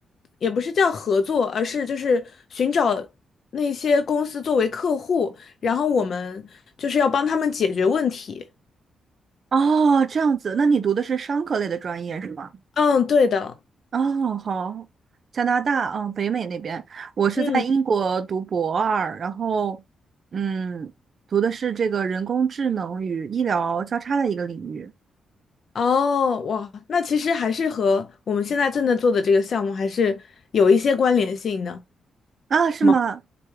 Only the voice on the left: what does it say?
也不是叫合作，而是就是寻找那些公司作为客户，然后我们就是要帮他们解决问题。
嗯，对的，
嗯，
哦，哇，那其实还是和我们现在正在做的这个项目还是有一些关联性的
嘛。